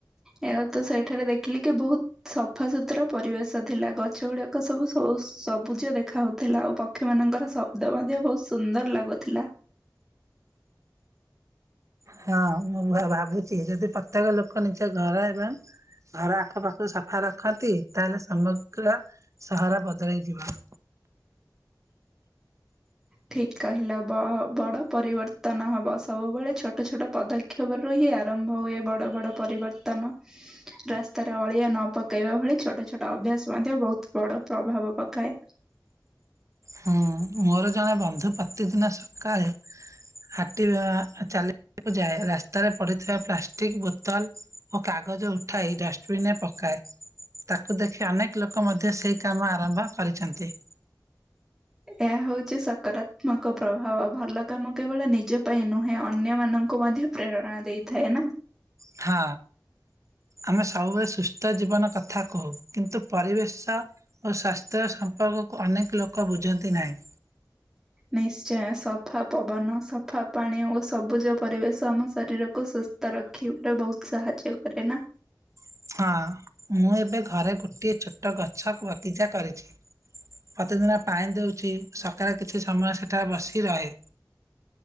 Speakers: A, in the centre; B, on the right (about 45°).
A: ଏ ଆଉ ତ ସେଇଠାରେ ଦେଖିଲି କି ବହୁ ସଫା ସୁୁତୁରା ପରିବେଶ ଥିଲା ଗଛ ଉଡ଼ାକ ସବୁ ସଉ ସବୁଜ ଦେଖା ହଉଥୁଲା ଆଉ ପ କ୍ଷୀମାନଙ୍କର ଶବ୍ଦ ମଧ୍ୟ ବହୁ ସୁନ୍ଦର ଲାଗୁଥିଲା।
B: ହେଅ ମୁଁ ମୁଁ ଭା ଭାବୁଚି ଯଦି ପ୍ରତ୍ୟେକ ଲୋକ ନିଜ ଘର ଏବଂ ଘର ଆଖପାଖକୁ ସଫା ରଖନ୍ତି ତାହେଲେ ସମଗ୍ର ସହର ବଦଳେଇ ଯିବ।
A: ଠିକ୍ କହିଲ ବ ବଡ଼ ପରିବର୍ତ୍ତନ ହବ ସବୁବେଳେ ଛୋଟ ଛୋଟ ପଦ କ୍ଷେବରୁ ହିଁ ଆରମ୍ଭ ହୁଏ ବଡ଼ ବଡ଼ ପରିବର୍ତ୍ତନ। ରାସ୍ତାରେ ଅଳିଆ ନ ପକାଇବା ଭଳି ଛୋଟ ଛୋଟ ଅଭ୍ୟାସ ମଧ୍ୟ ବହୁତ ବଡ଼ ପ୍ରଭାବ ପକାଏ।
B: ହୁଁ ଉଁ ମୋର ଜଣେ ବନ୍ଧୁ ପ୍ରତିଦିନ ସକାଳେ ହାଟି ବା ଚାଲି କୁ ଯାଏ ରାସ୍ତାରେ ପଡ଼ିଥିବା ପ୍ଲାଷ୍ଟିକ୍ ବୋତଲ୍ ଓ କାଗଜ ଉଠାଇ ଡଷ୍ଟବିନ୍ ରେ ପକାଏ। ତାକୁ ଦେଖି ଅନେକ ଲୋକ ମଧ୍ୟ ସେଇ କାମ ଆରମ୍ଭ କରିଛନ୍ତି।
A: ଏଟା ହଉଚି ସକାରାତ୍ମକ ପ୍ରଭାବ ଭଲ କାମ କେବଳ ନିଜ ପାଇଁ ନୁହେଁ ଅନ୍ୟମାନଙ୍କୁ ମଧ୍ୟ ପ୍ରେରଣା ଦେଇଥାଏନା।
B: ହଁ। ଆମେ ସବୁବେଳେ ସୁସ୍ଥ ଜୀବନ କଥା କହୁ କିନ୍ତୁ ପରିବେଶ ଓ ସ୍ଵାସ୍ଥ୍ୟ ସମ୍ପର୍କକୁ ଅନେକ ଲୋକ ବୁଝନ୍ତି ନାହିଁ।
A: ନିଶ୍ଚୟ ସଫା ପବନ ସଫା ପାଣି ଓ ସବୁଜ ପରିବେଶ ଆମ ଶରୀରକୁ ସୁସ୍ଥ ରଖ ରଖିବାରେ ବହୁତ୍ ସାହାଯ୍ୟ କରେନା।
B: ହଁ। ମୁଁ ଏବେ ଘରେ ଗୋ ଗୋଟିଏ ଛୋଟ ଗଛ ବଗିଚା କରିଛି। ପ୍ରତିଦିନ ପାଣି ଦଉଚି ସକାଳେ କିଛି ସମୟ ସେଠାରେ ବସି ରହେ।